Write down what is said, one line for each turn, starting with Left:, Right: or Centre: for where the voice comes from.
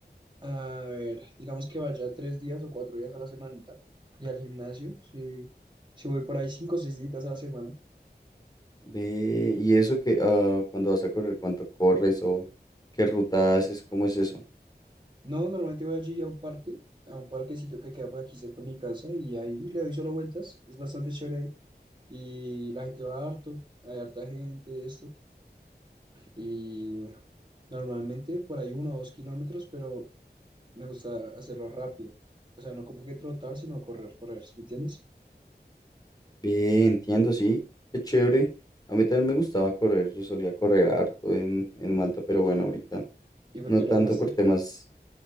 Right: a ver, digamos que vaya tres días o cuatro días a la semanita y al gimnasio, sí, sí voy por ahí cinco o seis días a la semana.
Left: Ve, y eso que ah, cuando vas a correr, cuánto corres o qué ruta haces, cómo es eso.
Right: No, normalmente voy allí a un parque, a un parquecito que queda por aquí cerca de mi casa y ahí le doy solo vueltas, es bastante chévere ahí y la gente va harto, hay harta gente, esto y normalmente por ahí uno o dos kilómetros, pero me gusta hacerlo rápido, o sea, no como que trotar, sino correr, correr, ¿sí ¿me entiendes?
Left: Ve, entiendo, sí, qué chévere. A mí también me gustaba correr, yo solía correr harto en, en Malta, pero bueno, ahorita
Right: ¿Y por
Left: no
Right: qué
Left: tanto
Right: lo dejaste?
Left: por temas,